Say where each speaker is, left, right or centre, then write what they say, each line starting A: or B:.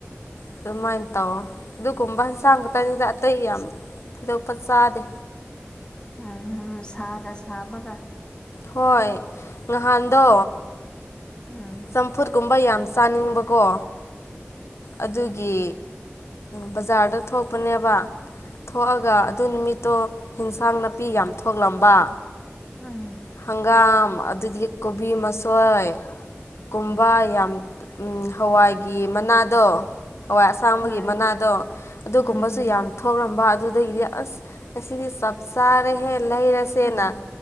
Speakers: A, on the left; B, on the left.
A: ꯑꯥꯗꯨꯃꯥꯏ <inaudible> ꯇꯧ ꯑꯗꯨꯒꯨꯝꯕ ꯌꯦꯟꯁꯥꯡ ꯈꯛꯇꯅꯤꯗ ꯑꯇꯩ ꯌꯥꯝ ꯊꯣꯏꯗꯣꯛꯄ ꯆꯥꯗꯦ
B: ꯑꯝ ꯌꯥꯝ ꯁꯥꯒ ꯁꯥꯕꯒ
A: ꯍꯣꯏ ꯅꯥꯍꯜꯗꯣ
B: ꯎꯝ
A: ꯆꯝꯐꯨꯠꯀꯨꯝꯕ ꯌꯥꯝ ꯆꯥꯅꯤꯡꯕꯀꯣ ꯑꯗꯨꯒꯤ ꯕꯖꯥꯔꯗ ꯊꯣꯛꯄꯅꯦꯕ ꯊꯣꯛꯑꯒ ꯑꯗꯨ ꯅꯨꯃꯤꯠꯇꯣ ꯌꯦꯟꯁꯥꯡꯅ ꯅꯥꯄꯤ ꯌꯥꯝ ꯊꯣꯛꯂꯝꯕ
B: ꯎꯝ
A: ꯍꯪꯒꯥꯝ ꯑꯗꯨꯗꯤ ꯀꯣꯕꯤ ꯃꯁꯣꯏ ꯀꯨꯝꯕ ꯌꯥꯝ ꯍꯋꯥꯏꯒꯤ ꯃꯅꯥ ꯗꯣ ꯍꯥꯋꯥꯢ ꯑꯁꯥꯡꯕꯒꯤ
B: ꯍꯣꯏ
A: ꯃꯅꯥꯗꯣ ꯑꯗꯨꯒꯨꯝꯕꯥꯁꯨ
B: ꯎꯝ
A: ꯌꯥꯝ ꯊꯣꯛ ꯑꯗꯨꯗꯒꯤꯗꯤ ꯑꯁ ꯉꯥꯁꯤꯗꯤ <inaudible> ꯆꯥꯔꯦꯍꯦ ꯂꯩꯔꯁꯦꯅ
B: ꯎꯝ